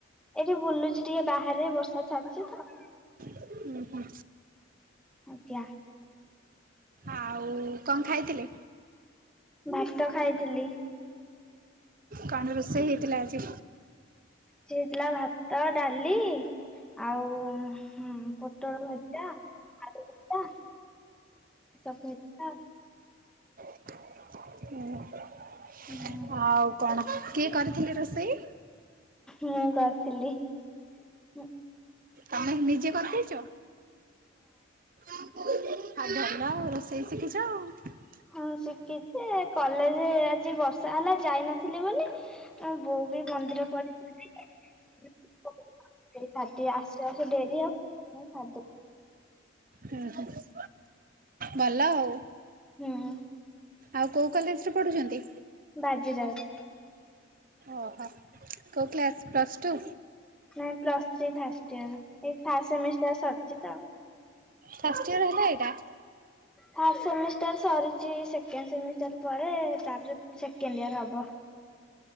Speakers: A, in the centre; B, on the right.
A: ଏଇଠି ବୁଲୁଚି ଟିକେ ବାହାରେ ବର୍ଷା ଛାଡିଛି ତ?
B: ଓୁଁ ହୁଁ।
A: ଆଜ୍ଞା
B: ଆଉ କଣ ଖାଇଥିଲେ?
A: ଭାତ ଖାଇଥିଲି।
B: କଣ ରୋଷେଇ ହେଇଥିଲା ଆଜି?
A: ଆଜି ହେଇଥିଲା ଭାତ ଡାଲି। ଆଉ ହୁ ପୋଟଳ ଭଜା ଆଳୁ ଭଜା। ଚକୁଳି ପିଠା।
B: ହୁ।
A: ହୁଁ।
B: ଆଉ କଣ କିଏ କରିଥିଲେ ରୋଷେଇ?
A: ମୁଁ କରିଥିଲି। ହଁ।
B: ତମେ ନିଜେ କରିଦେଇଛ ଆଉ ଭଲ ଆଉ ରୋଷେ ଇ ଶିଖିଛ ଆଉ।
A: ହଁ ଶିଖିଛି ଯେ କଲେଜ ଆଜି ବର୍ଷା ହେଲା ଯାଇନଥିଲି ବୋଲି। ହଁ ବୋଉ ବି ମନ୍ଦିର ପଳେଇଲେ। ଗାଧୋଇ ଆସୁ ଆସୁ ଡେରି ହେବ <unintelligible>
B: ହୁଁ ହୁଁ। ଭଲ ଆଉ
A: ହୁଁ ହୁଁ
B: ଆଉ କୋଉ କଲେଜରେ ପଢ଼ୁଛନ୍ତି?
A: ବାଜିରାଉତ।
B: ଓହୋ କୋଉ କ୍ଲାସ୍ ପ୍ଲସ୍ ଟୁ?
A: ନାଇଁ ପ୍ଲସ ଥ୍ରୀ ଫାଷ୍ଟ ଇୟର ଏଇ ଫାଷ୍ଟ ସେମିଷ୍ଟାର ସରିଛି ତ।
B: ଫାଷ୍ଟ ଇୟର ହେଲା ଏଇଟା?
A: ଫାଷ୍ଟ ସେମିଷ୍ଟାର ସରିଛି ସେକେଣ୍ଡ ସେମିଷ୍ଟାର ପରେ ତାପରେ ସେକେଣ୍ଡ ଇୟର୍ ହବ।